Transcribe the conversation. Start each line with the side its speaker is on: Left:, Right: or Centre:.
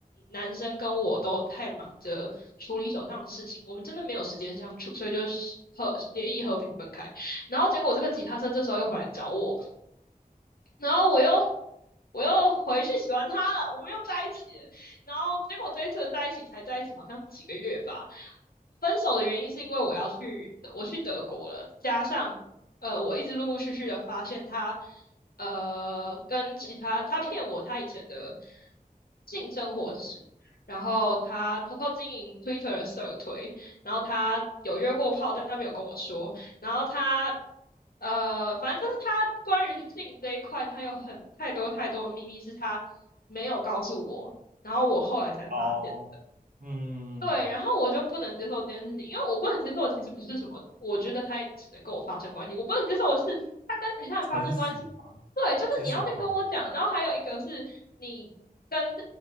Left: 男生跟我都太忙着处理手上的事情，我们真的没有时间相处，所以就是和协议和平分开。然后结果这个吉他社这时候又回来找我，然后我又我又回去喜欢他了，我们又在一起了然后结果这一次在一起才在一起，好像几个月吧。分手的原因是因为我要去我去德国了，加上呃，我一直陆陆续续的发现他呃跟其他他骗我他以前的性生活史，然后他偷偷经营 Twitter 的社推，然后他有约过炮，但他没有跟我说。然后他呃，反正就是他关于性这一块，他有很太多太多的秘密是他没有告诉我，然后我后来才发现。
Right: 哦，嗯，
Left: 对，然后我就不能接受这件事情，因为我不能接受的其实不是什么，我觉得他也只能跟我发生关系，我不能接受的是他跟其他人发生关系。
Right: 诚实嘛，
Left: 对，就是你要先跟我讲，
Right: 知情同意，
Left: 然后还有一个是你跟